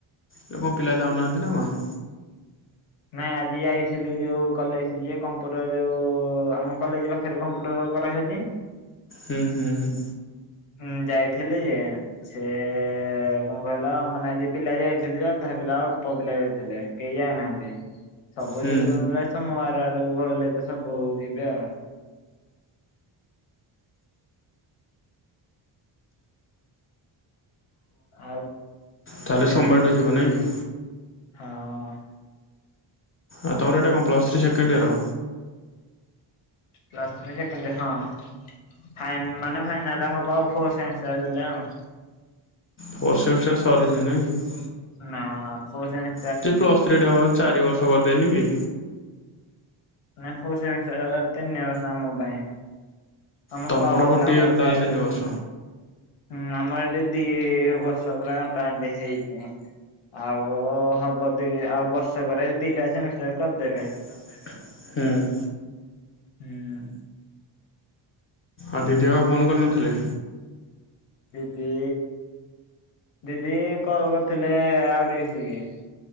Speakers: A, on the left; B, on the left.
A: ଆଉ କଣ ପିଲା ଯାଉନାହାନ୍ତି ନା କଣ?
B: ନାଇଁ ଆଜି ଯାଇଥିଲି। ଯୋଉ କଲେଜ ଯିଏ କମ୍ପୁଟର ଯୋଉ ଆମ କଲେଜ ର ଫେରେ କମ୍ପ୍ୟୁଟର କରାହଉଛି।
A: ହୁଁ ହୁଁ
B: ଉଁ ଯାଇଥିଲି ଯେ ସେ କଣ କହିଲ ମାନେ ପିଲା ଯାଇଥିଲି। ଅଧା ପିଲା ଅଳ୍ପ ପିଲା ଯାଇଥିଲେ। କେହି ଯାଇନାହାନ୍ତି। ସବୁ
A: ହୁଁ
B: ଯିବେ ମୋତେ ଲାଗୁଛି ସୋମ ବାର ଆଡକୁ କହିଲେ ତ ସବୁ ଯିବେ ଆଉ। ଆଉ
A: ତାହେଲେ
B: ହୁଁ
A: ସୋମବାରଠୁ ଯିବ ନାଇଁ କି?
B: ହଁ
A: ଆଉ ତମର ଏଟା କଣ plus three second year?
B: Plus three second year ହଁ ଫାଇନ୍ ମାନେ ଫାଇନ। ନେଲେ ହବ ଆଉ ଫୋର ସାଇନ୍ସ ଟା ଦେଲେ ଆଉ।
A: ଫୋର୍ ସେମିଷ୍ଟର
B: ଫୋର୍
A: ସରି ନି ନାହିଁ କି?
B: ନା ଫୋର ସେମି
A: ସେଇ ପ୍ଲସ ଥ୍ରୀ ଟା ପା ଚାରି ବର୍ଷ କରିଦେଇନି କି?
B: ନାଇଁ ଫୋର ସେମିଷ୍ଟାର ତିନି ବର୍ଷ ଆମ ପାଇଁ। ଆମ
A: ତମର
B: ତଳ
A: ଗୋଟେ
B: ପିଲା ଙ୍କ
A: ଇୟର
B: ପାଇଁ
A: ତାହେଲେ
B: ଚାରିବର୍ଷ।
A: ତିନି ବର୍ଷ
B: ହୁଁ ଆମର ଏଠି ଦି ବର୍ଷ ପୁରା ଘଣ୍ଟା ଘଣ୍ଟି ହେଇଛି। ଆଉ ହବ ଦି ଆଉ ବର୍ଷ ପରେ। ଦିଟା ସେମିଷ୍ଟାର କରିଦେବେ।
A: କରିଦେବେ। ହୁଁ
B: ହୁଁ।
A: ଆଉ ଦିଦି <unintelligible> ଫୋନ୍ କରିନଥିଲେ।
B: ଦିଦି ଦିଦି କଲ୍ କରିଥିଲେ ଆଉ ଟିକେ <unintelligible>